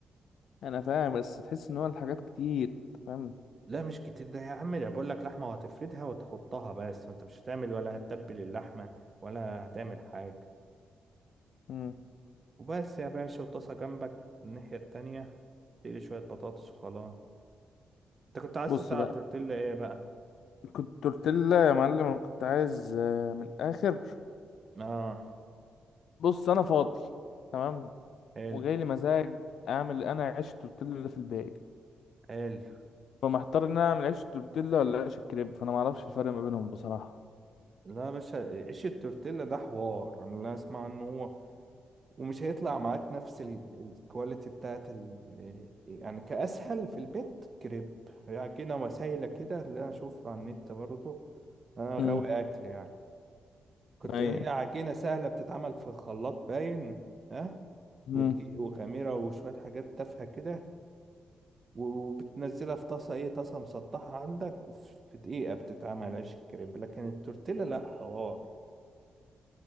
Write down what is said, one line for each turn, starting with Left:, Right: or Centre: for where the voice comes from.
Left: انا فاهم بس تحس ان هو الحاجات كتير انت فاهم
Right: لا مش كتير ده يا عم ده بقول لك لحمة وهتفردها وتحطها بس انت مش هتعمل ولا هتتبل اللحمة ولا هتعمل حاجة
Left: امم
Right: وبس يا باشا وطاسة جنبك الناحية التانية تقلي شوية بطاطس وخلاص انت كنت عايز
Left: بص
Right: تسأل
Left: بقى
Right: على التورتيلا ايه بقى؟
Left: كنت تورتيلا يا معلم انا كنت عايز آه، من الاخر
Right: اه
Left: بص انا فاضي تمام
Right: حلو
Left: وجاي لي مزاج اعمل انا عيش تورتيلا اللي في الباقي
Right: حلو
Left: فمحتار ان انا اعمل عيش تورتيلا ولا عيش الكريب فانا ما اعرفش الفرق ما بينهم بصراحه
Right: لا يا باشا عيش التورتيلا ده حوار انا لا اسمع ان هو ومش هيطلع معاك نفس ال- الكواليتي بتاعت ال... آه، يعني كاسهل في البيت كريب يعني كده وسايله كده اللي انا اشوفها على النت برضه انا غاوي
Left: امم
Right: اكل يعني كنت
Left: ايوه
Right: هي عجينه سهله بتتعمل في الخلاط باين ها
Left: امم
Right: ودقيق وخميره وشويه حاجات تافهه كده وبتنزلها في طاسه ايه طاسه مسطحه عندك وفي دقيقه بتتعمل عيش الكريب لكن التورتيلا لا حوار